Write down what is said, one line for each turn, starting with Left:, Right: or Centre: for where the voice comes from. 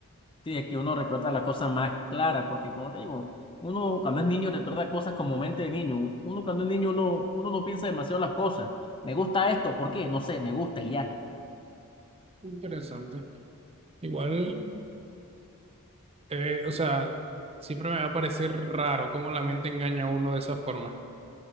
Left: sí, es que uno recuerda las cosas más claras, porque como te digo, uno cuando es niño recuerda cosas como mente de niño. Uno cuando es niño uno, uno no piensa demasiado las cosas. Me gusta esto, ¿por qué? No sé, me gusta y ya.
Right: Interesante. Igual, eh, o sea, siempre me va a parecer raro cómo la mente engaña a uno de esa forma,